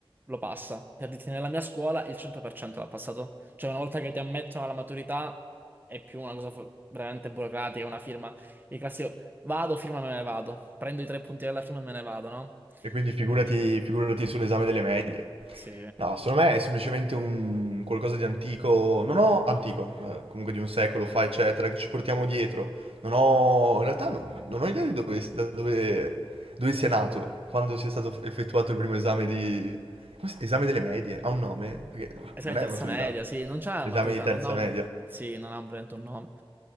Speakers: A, on the right; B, on the right.
A: lo passa. Per dirti, nella mia scuola il 100% l'ha passato. Cioè, una volta che ti ammettono alla maturità è più una cosa fo- veramente burocratica, una firma. Il classico vado, firma, me ne vado. Prendo i tre punti della firma e me ne vado, no?
B: E quindi figurati,
A: Quindi,
B: figurati sull'esame delle medie.
A: sì.
B: No, secondo me è semplicemente un qualcosa di antico, non ho antico, eh, comunque di un secolo fa, eccetera, che ci portiamo dietro. Non ho, in realtà non, non ho idea di dove, da dove, dove sia nato,
A: Vabbè.
B: quando sia stato effettuato il primo esame di... come si- Esame delle medie, ha un nome? Perché
A: Esame
B: non
A: di
B: è
A: terza
B: maturità,
A: media, sì, non c'ha
B: esame
A: maturità,
B: di terza
A: non ha un...
B: media.
A: Sì, non ha veramente un nome.